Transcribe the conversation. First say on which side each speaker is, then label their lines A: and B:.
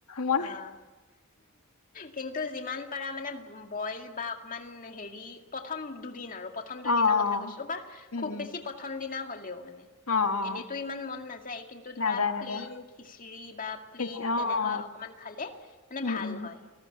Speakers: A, on the left; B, on the left.
A: মই
B: অ', কিন্তু যিমান পাৰা মানে ব'ইল বা অকমান হেৰি প্ৰথম দুদিন আৰু প্ৰথম দুই
A: অ
B: দিনৰ
A: অ
B: কথা কৈছো বা,
A: উম
B: খুব
A: উম
B: বেছি প্ৰথম দিনা হ'লেও মানে
A: অ অ
B: এনেইতো ইমান মন নাযায় কিন্তু ধৰা
A: নাযায় নাযায়
B: প্লেইন খিচিৰি বা প্লেইন
A: খিচি অ
B: তেনেকুৱা
A: অ
B: অকমান খালে মানে
A: উম
B: ভাল
A: উম
B: হয়।